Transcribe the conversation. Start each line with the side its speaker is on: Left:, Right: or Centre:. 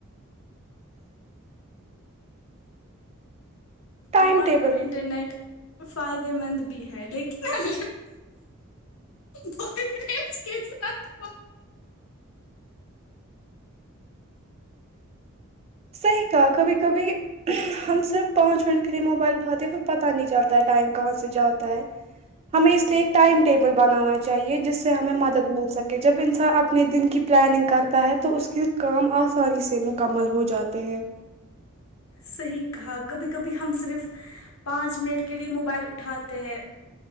Right: ٹائم
Left: موبائل
Right: ٹیبل
Left: اور انٹرنیٹ فائدے مند بھی ہے لیکن بوائے فرینڈز کے ساتھ
Right: صحیح کہا کبھی کبھی ہم صرف پانچ منٹ کے لیے موبائل اٹھاتے پھر پتاہ نہیں چلتا ہے ٹائم کہاں سے جاتا ہے ہمیں اس لیے کہ ٹائم ٹیبل بنانا چاہیے جس جس سے ہمیں مدد مل سکے جب انسان اپنے دن کی پلاننگ کرتا ہے تو اس کے کام آسانی سے مکمل ہو جاتا تے ہے
Left: صحیح کہا کبھی کبھی ہم صرف پانچ منٹ کے لئے موبائل اٹھاتے ہیں